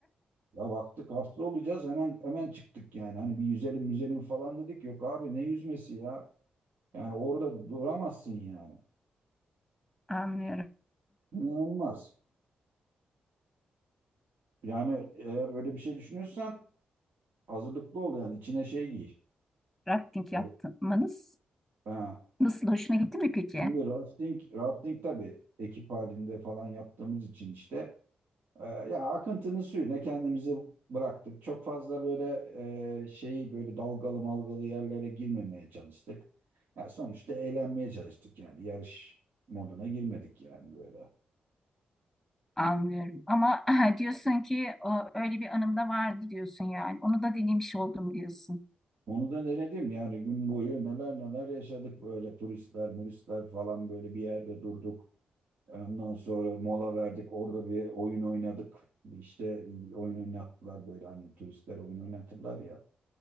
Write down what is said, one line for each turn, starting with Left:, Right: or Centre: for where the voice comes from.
Right: Ya baktık hasta olacağız hemen hemen çıktık yani. Hani bir yüzelim yüzelim falan dedik. Yok abi ne yüzmesi ya. Yani orada duramazsın yani.
Centre: <laughs> Anlıyorum.
Right: İnanılmaz. Yani eğer öyle bir şey düşünüyorsan hazırlıklı ol yani içine şey giy.
Centre: Rafting yapmanız
Right: Evet. Ha.
Centre: Nasıl hoşuna gitti mi peki?
Right: Şimdi rafting, rafting tabii ekip halinde falan yaptığımız için işte e, ya akıntının suyuna kendimizi bıraktık. Çok fazla böyle e, şeyi böyle dalgalı malgalı yerlere girmemeye çalıştık. Ya sonuçta eğlenmeye çalıştık yani yarış moduna girmedik yani böyle.
Centre: Anlıyorum. Ama <clears throat> <laughs> diyorsun ki o, öyle bir anım da vardı diyorsun yani. Onu da dinlemiş oldum diyorsun.
Right: Onu da denedim yani gün boyu neler neler yaşadık böyle turistler, muristler falan böyle bir yerde durduk. Ondan sonra mola verdik orada bir oyun oynadık. İşte e, oyun oynattılar böyle hani turistler oyun oynatırlar ya